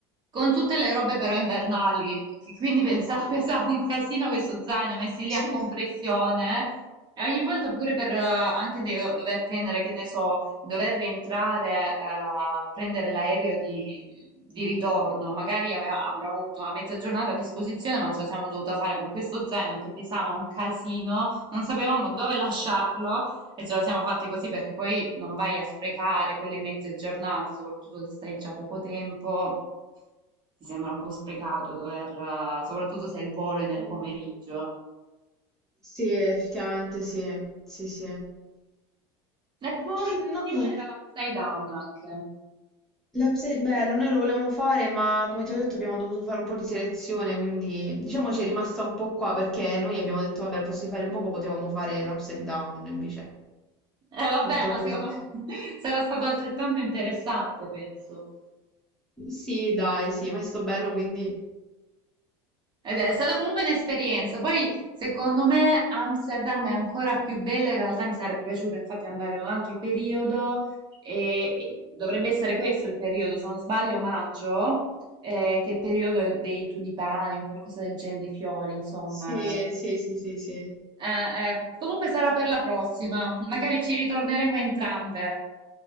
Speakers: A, on the right (about 35°); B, in the centre.
A: con tutte le robe però invernali, che quindi pensavo, <laughs> pesava un casino questo zaino messi
B: Cioè,
A: lì a compressione. eh. E ogni volta pure per eh, anche de- dover prendere, che ne so, dover rientrare a prendere l'aereo di, di ritorno, magari ave- abbiamo avuto una mezza giornata a disposizione, ma ce la siamo dovuta fare con questo zaino che pesava un casino, non sapevamo dove lasciarlo e ce la siamo fatte così perché poi non vai a sprecare quelle mezze giornate, soprattutto se stai già poco tempo. Ti sembra un po' sprecato dover, eh, soprattutto se il volo è nel
B: mm,
A: pomeriggio.
B: sì, effettivamente sì, sì, sì.
A: E poi l'ultimo
B: Noi...
A: era l'upside down anche.
B: L'Upside Bella, noi lo volevamo fare, ma come ti ho detto abbiamo dovuto fare un po' di selezione, quindi diciamo ci è rimasta un po' qua perché noi abbiamo detto vabbè, posso fare il moco, potevamo fare l'Upside Down, invece
A: Eh, vabbè,
B: purtroppo
A: ma secondo
B: ci...
A: me <laughs> sarà stato altrettanto interessante, penso.
B: Sì, dai, sì, ma è sto bello, quindi...
A: Ed è stata comunque un'esperienza. Poi, secondo me, Amsterdam è ancora più bella. In realtà mi sarebbe piaciuto infatti andare in un altro periodo e, e dovrebbe essere questo il periodo, se non sbaglio, maggio, eh, che è il periodo dei tulipani, un qualcosa del genere, dei fiori, insomma.
B: Sì,
A: la- la-
B: sì, sì, sì, sì.
A: Eh, eh, Comunque sarà per la prossima. Magari ci ritorneremo entrambe.